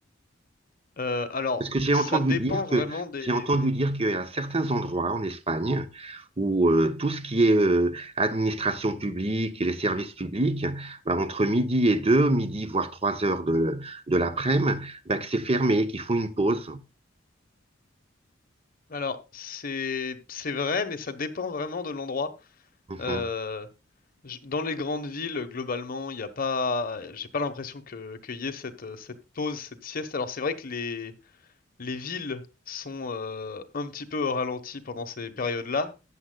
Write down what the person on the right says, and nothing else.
Parce que j'ai
entendu
dire
que
j'ai entendu dire qu'il y a certains endroits en Espagne où euh, tout ce qui est euh, administration publique et les services publics, bah, entre midi et deux, midi voire trois heures de, de l'après-midi, bah, que c'est fermé, qu'ils font une pause.
Mhm,